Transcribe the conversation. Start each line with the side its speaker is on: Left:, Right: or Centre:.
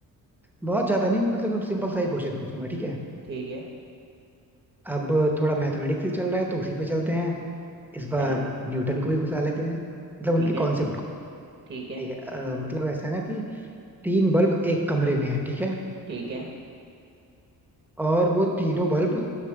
Centre: बहुत ज्यादा नहीं मतलब सिंपल सा ही क्वेश्चन पूछूंगा ठीक है
Right: ठीक है
Centre: अब थोड़ा मैथमेटिक्स ही चल रहा है तो उसी पे चलते हैं इस बार
Right: चलो
Centre: न्यूटन को भी घुसा लेते हैं मतलब उनके
Right: ठीक है
Centre: कॉन्सेप्ट को
Right: ठीक है
Centre: ठीक है अ, मतलब ऐसा है ना कि तीन बल्ब एक कमरे में है ठीक है
Right: ठीक है
Centre: और वो तीनों बल्ब